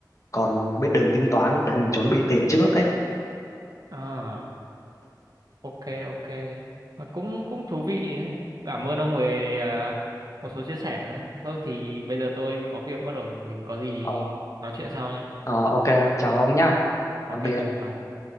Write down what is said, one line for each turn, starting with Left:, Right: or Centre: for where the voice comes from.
Left: còn biết đường tính toán để mình chuẩn bị tiền trước ấy
Right: à, ok ok. Ờ, Cũng cũng thú vị đấy. Cảm ơn ông về à, một số chia sẻ đấy. Thôi thì bây giờ tôi có việc mất rồi, mình có gì
Left: ờ,
Right: nói chuyện sau nha.
Left: Ờ, ok chào ông nhá
Right: Ok
Left: tạm biệt
Right: nha, bye. ông.